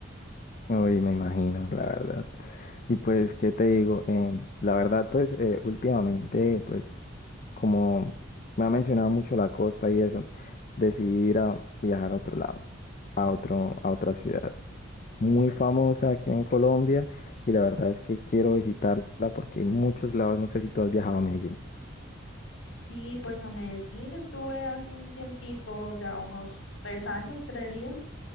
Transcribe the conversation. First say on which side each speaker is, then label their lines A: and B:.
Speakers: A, on the left; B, on the left.
A: Uy, me imagino, la verdad. Y pues, ¿qué te digo? Em, la verdad, pues, eh, últimamente, pues, como me ha mencionado mucho la costa y eso, decidí ir a viajar a otro lado, a otro, a otra ciudad muy famosa aquí en Colombia y la verdad es que quiero visitarla porque hay muchos lados, no sé si tú has viajado a Medellín.
B: Sí, pues a Medellín estuve hace un tiempito, ya unos tres años, creería.